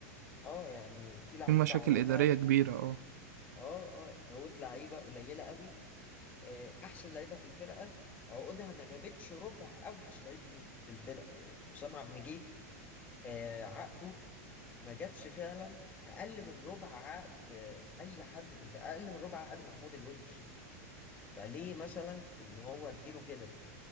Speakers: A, on the left (about 20°); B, on the right (about 90°).
A: اه يعني في لعيبه
B: في مشاكل
A: عقودها
B: إدارية كبيرة اه
A: اه اه عقود لعيبه قليله قوي آه، احسن لعيبه في الفرقه عقودها ما جابتش ربع اوحش لعيب في الفرقه يعني حسام عبد المجيد آه، عقده ما جابش فعلا اقل من ربع عقد آه، اي حد في الفرقه اقل من ربع عقد محمود الونش فليه مثلا ان هو اديله كده